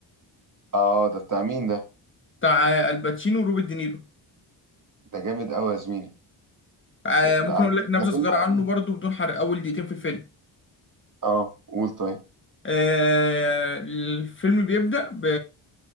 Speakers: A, on the right; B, on the left.
A: اه ده بتاع مين ده
B: بتاع آه، الباتشينو وروبرت دينيرو
A: ده جامد قوي يا زميلي
B: آه،
A: س-
B: ممكن
A: على
B: اقول
A: كده-
B: لك نبذه
A: ده فيلم
B: صغيره عنه
A: قديم
B: برضو بدون حرق اول دقيقتين في الفيلم
A: اه قول طيب
B: آه، الفيلم بيبدأ ب